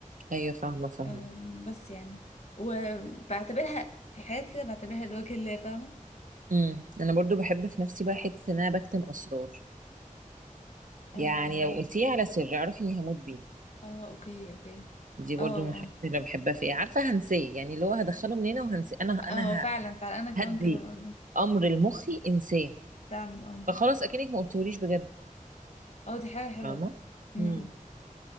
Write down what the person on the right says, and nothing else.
ايوه فاهمه فاهمه
مم. انا برضو بحب في نفسي بقى حته ان انا بكتم اسرار
يعني لو قلتيه على سر اعرفي اني هموت بيه
دي برضو
من الحاجات اللي بحبها فيه عارفه هنساه يعني اللي هو هدخله من هنا وهنساه انا انا
ه-
هدي
امر لمخي انساه
فخلاص اكنك ما قلتوليش بجد
فاهمه
امم